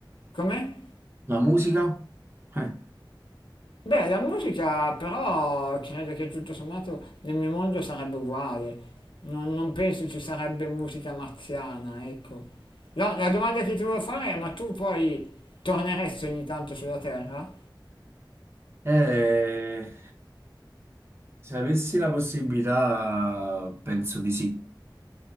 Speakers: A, on the left; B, on the right.
A: Com'è?
B: La musica? Eh,
A: Beh, la musica però credo che tutto sommato nel mio mondo sarebbe uguale. Non, non penso ci sarebbe musica marziana, ecco. La, la domanda che ti volevo fare è, ma tu poi torneresti ogni tanto sulla Terra?
B: Eh, se avessi la possibilità, penso di sì.